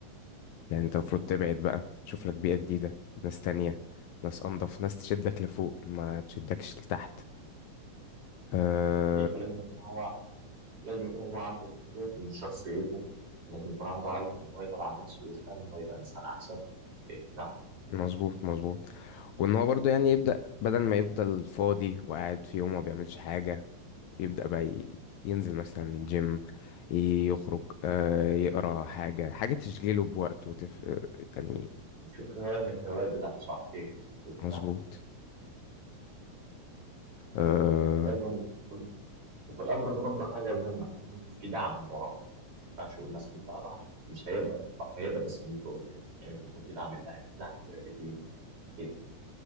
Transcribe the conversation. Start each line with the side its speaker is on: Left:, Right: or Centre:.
Left: يعني انت المفروض تبعد بقى تشوف لك بيئة جديدة ناس تانية ناس انضف ناس تشدك لفوق ما تشدكش لتحت أه
Right: صحيح ولازم يكون هو لازم يكون هو عنده تطوير من شخصيته ولازم يكون عنده عزم ان هو يتعب على نفسه ويشتغل ان هو يبقى انسان احسن إيه، نعم
Left: مظبوط مظبوط وان هو برضه يعني يبدأ بدل ما يفضل فاضي وقاعد في يوم ما بيعملش حاجة يبدأ بقى ي- ينزل مثلا جيم يخرج آه، يقرا حاجة حاجة تشغله بوقته تف... يعني
Right: نشوف هواية من الهواية بتاعته صحيح إيه،
Left: مظبوط
Right: نعم
Left: آه...
Right: لازم وفي الامر ده برضه حاجه مهمه لازم يكون في دعم وراه ما ينفعش يقول مثلا ده لوحده مش هيقدر او هيقدر بس مش بقول يعني يعني لازم يكون في دعم الاهل دعم الوالدين كده